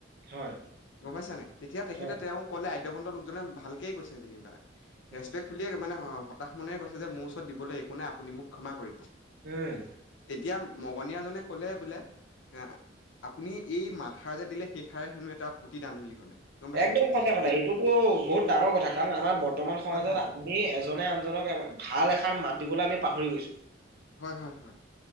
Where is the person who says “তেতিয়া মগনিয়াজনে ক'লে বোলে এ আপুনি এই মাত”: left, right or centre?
Left